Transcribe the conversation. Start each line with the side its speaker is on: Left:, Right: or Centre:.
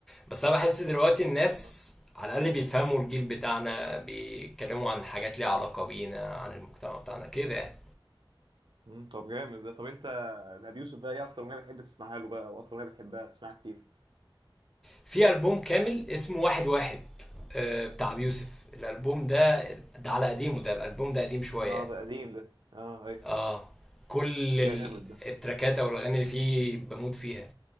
Centre: بس انا بحس دلوقتي
Right: ممكن
Centre: الناس
Right: برضه
Centre: على الاقل بيفهموا الجيل بتاعنا بيتكلموا عن حاجات ليها علاقه بينا عن المجتمع بتاعنا كده يعني
Right: مم، طب جامد ده طب انت ابي يوسف بقى ايه اكتر اغنيه بتحب تسمعها له بقى واكتر اغنيه بتحبها بتسمعها كتير
Centre: في البوم كامل اسمه واحد واحد آه، بتاع بيوسف الالبوم ده ده على قديمه ده الالبوم ده قديم شويه
Right: اه
Centre: يعني
Right: ده قديم ده اه اي
Centre: اه كل ال-
Right: جامد ده
Centre: التراكات او الاغاني اللي فيه بموت فيها